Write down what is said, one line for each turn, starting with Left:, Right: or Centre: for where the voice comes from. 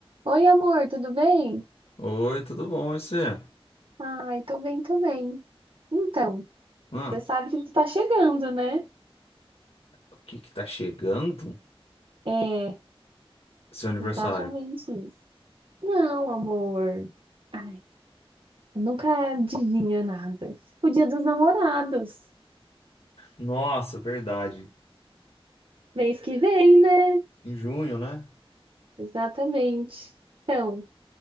Right: Oi, amor, tudo bem?
Left: Oi, tudo bom? E você?
Right: Ai, tô bem, tô bem. Então,
Left: Hã?
Right: você sabe que tu tá chegando, né?
Left: o que que tá chegando?
Right: É,
Left: Seu aniversário.
Right: exatamente isso. Não, amor. Ai, eu nunca adivinha nada. O Dia dos Namorados.
Left: Nossa, verdade.
Right: Mês que vem, né?
Left: Em junho, né?
Right: Exatamente. Então,